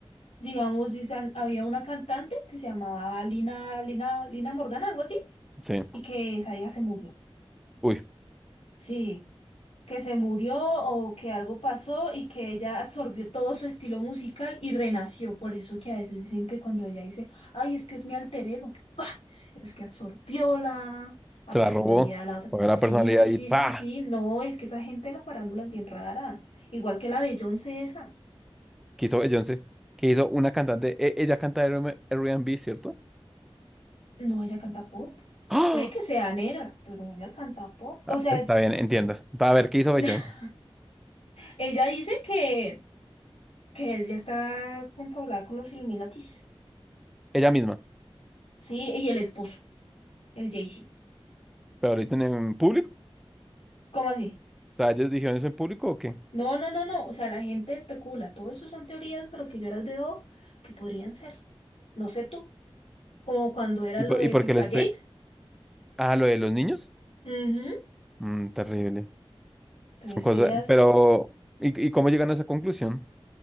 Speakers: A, on the left; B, in the centre.
A: Digamos, dicen, había una cantante que se llamaba Lina, Lina, Lina Morgana, algo así
B: Sí,
A: y que esa vieja se murió.
B: uy,
A: Sí, que se murió o que algo pasó y que ella absorbió todo su estilo musical y renació. Por eso que a veces dicen que cuando ella dice, ay, es que es mi alter ego, ¡pah! es que absorbió la, la
B: se la
A: personalidad
B: robó.
A: de la otra.
B: Fue una
A: Sí,
B: personalidad
A: sí,
B: y
A: sí,
B: pa,
A: sí, sí, no, es que esa gente de la farándula es bien rara. Igual que la Beyoncé esa.
B: quiso Beyoncé, que hizo una cantante, e- ella canta R- and B, ¿cierto?
A: No, ella canta pop.
B: ¡Ah!
A: Puede que sea negra, pero ella canta pop.
B: Ah,
A: O sea,
B: Está
A: es-
B: bien, entiendo. Va a ver, ¿qué hizo Beyoncé?
A: <laughs> ella dice que que es, ya está confabulada con los Illuminatis.
B: Ella misma,
A: Sí, y el esposo, el Jay-Z.
B: pero lo dicen en público.
A: ¿Cómo así?
B: O sea, ellos dijeron eso en público o qué?
A: No, no, no, no. O sea, la gente especula. Todo eso son teorías, pero que yo las veo que podrían ser. No sé tú. Como cuando era
B: ¿Y
A: lo
B: por,
A: de
B: y por
A: Pizzagate.
B: qué les pe... Ah, lo de los niños?
A: Ujú.
B: Mm, terrible.
A: Entonces
B: Son cosas,
A: ellas,
B: pero ¿y, y cómo llegan a esa conclusión?